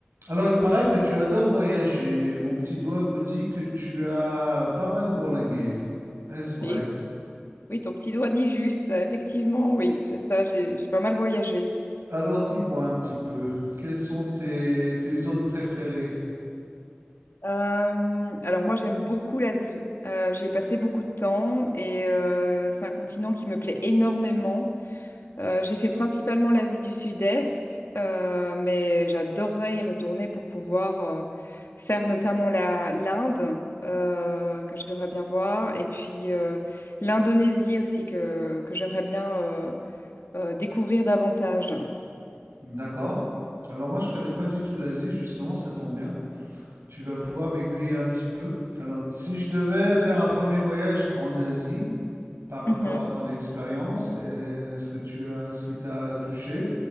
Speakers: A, on the right (about 90°); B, on the left (about 70°).
A: Alors, il paraît que tu adores voyager. Mon petit doigt me dit que tu as pas mal bourlingué. Est-ce vrai?
B: Et oui, ton petit doigt dit juste, euh, effectivement, oui, c'est ça, j'ai j'ai pas mal voyagé.
A: Alors, dis-moi un petit peu, quelles sont tes, tes zones préférées?
B: Euh, alors moi, j'aime beaucoup l'Asie. Euh, j'y ai passé beaucoup de temps et euh, c'est un continent qui me plaît énormément. Euh, j'ai fait principalement l'Asie du Sud-Est, euh, mais j'adorerais y retourner pour pouvoir euh, faire notamment la, l'Inde, euh, que j'aimerais bien voir, et puis euh, l'Indonésie aussi, que, que j'aimerais bien euh, euh, découvrir davantage.
A: D'accord. Alors, moi, je connais pas du tout l'Asie, justement, ça tombe bien. Tu vas pouvoir m'aiguiller un petit peu. Alors, si je devais faire un premier voyage en Asie, par rapport
B: Mhm.
A: à ton expérience et ce que tu as, ce qui t'a touché,